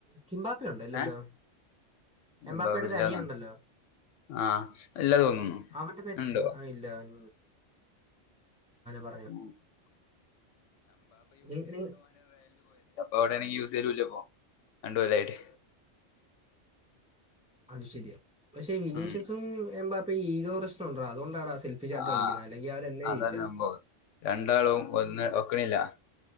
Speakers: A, in the centre; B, on the left.
A: കിമ്പാപ്പുണ്ടോ ഇല്ലല്ലോ
B: ഏഹ്
A: എമ്പാപ്പേയുടെ
B: എംബാപെല്ല
A: അനിയൻ ഉണ്ടല്ലോ
B: ആഹ് ഇല്ല തോന്നുന്നു
A: അവന്റെ പേര്
B: ഉണ്ടോ
A: ആ ഇല്ല അവൻ <unintelligible>
B: <unintelligible>
A: നീ നീ
B: ഓട്ട എനിക്ക് യൂസ് ചെയ്ലൂല്ലപ്പോ രണ്ടപലായിട്ട്
A: അത് ശരിയാ പക്ഷെ വിനീഷ്യസും
B: ഉം
A: എൻബാപ്പക്കും ഈഗോ പ്രശ്നം ഉണ്ടോ അതൊണ്ടാണ് ആ സെ ഫിഷട്ട് കളിക്ക
B: ആഹ്
A: അല്ലെങ്കിൽ അവര് എന്നെ
B: അതാണ്
A: ജയിചേനെ
B: സംഭവം രണ്ടാളും ഒന്ന് ഒക്കണില്ല